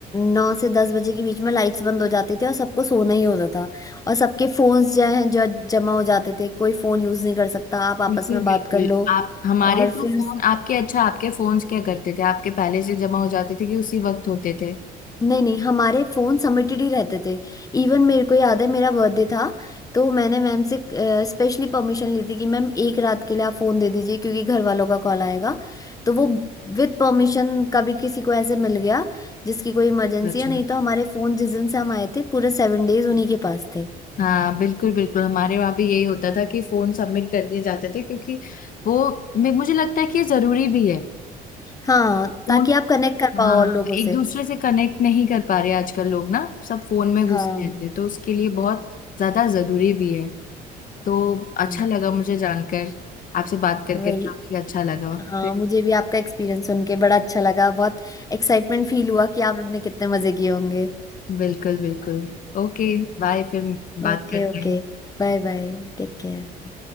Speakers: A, on the left; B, on the left.
A: नौ से दस बजे के बीच में लाइट्स बंद हो जाती थी और सबको सोना ही होता था और सबके फोन्स जो है जो जमा हो जाते थे कोई फोन यूज नहीं कर सकता आप
B: बिल्कुल
A: आपस में
B: बिल्कुल
A: बात कर लो
B: आप हमारे
A: और फिर
B: तो फोन
A: उस-
B: आपके अच्छा आपके फोन्स क्या करते थे आपके पहले से जमा हो जाते थे कि उसी वक्त होते थे
A: नहीं नहीं हमारे फोन सबमिटेड ही रहते थे इवन मेरे को याद है मेरा बर्थडे था तो मैंने मैम से स्पेशली परमिशन ली थी कि मैम एक रात के लिए आप फोन दे दीजिए क्योंकि घर वालों का कॉल आएगा तो वो विद परमिशन कभी किसी को ऐसे मिल गया जिसकी कोई इमरजेंसी
B: अच्छा
A: है नहीं तो हमारे फोन जिस दिन से हम आए थे पूरे सेवन डेज उन्हीं के पास थे
B: हाँ बिल्कुल बिल्कुल हमारे वहाँ भी यही होता था कि फोन सबमिट कर दिए जाते थे क्योंकि वो मे- मुझे लगता है कि ये जरूरी भी है
A: हाँ
B: फोन
A: ताकि आप कनेक्ट कर
B: हाँ
A: पाओ और लोगों से
B: एक दूसरे से कनेक्ट नहीं कर पा रहे आजकल लोग ना सब फोन में घुसे
A: हाँ
B: रहते हैं तो उसके लिए बहुत ज्यादा जरूरी भी है तो अच्छा
A: हाँ
B: लगा मुझे जानकर आपसे बात करके
A: वही
B: काफी अच्छा लगा
A: हाँ
B: फिर
A: मुझे भी आपका एक्सपीरियंस सुन के बड़ा अच्छा लगा बहुत एक्साइटमेंट फील हुआ कि आपने कितने मजे किए होंगे
B: बिल्कुल बिल्कुल ओके बाय फिर
A: Okay
B: बात करते
A: okay
B: हैं
A: Bye bye Take care